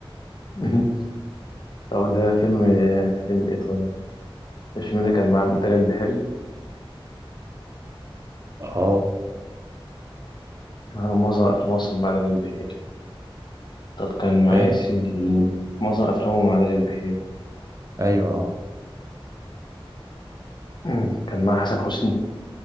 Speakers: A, on the left (about 50°); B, on the right (about 35°).
A: <laughs> طب ده فيلم آه، فيلم إيه طيب الفيلم ده كان مع دلال البحيري
B: اه
A: آه، معظم أفلام مصر مع دلال البحيري طب كان معايا
B: ايه
A: يا سيدي معظم أفلامه مع دلال البحيري
B: ايوه اه
A: مم. كان مع حسن حسني